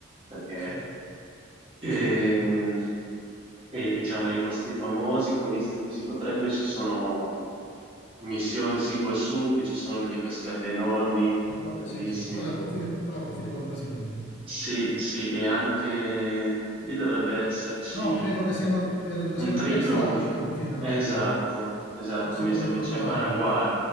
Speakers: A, on the right; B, on the left.
A: perché...
B: sì,
A: Ehm,
B: sì, E
A: e diciamo di posti famosi che ho visto che si potrebbe, ci sono Missione Siguasù, che ci sono delle cascate enormi,
B: qua-
A: grandissime.
B: sì, sì. Quella al confine, quella al confine col Brasile. quella.
A: Sì, sì, e anche lì dovrebbe esserci
B: No, credo che siano, credo che
A: un
B: siano
A: triplo
B: tre stati
A: confine.
B: lì che confinano
A: Esatto,
B: lì,
A: esatto,
B: forse
A: mi
B: pure
A: sa
B: l'Uruguay.
A: che c'è Paraguay,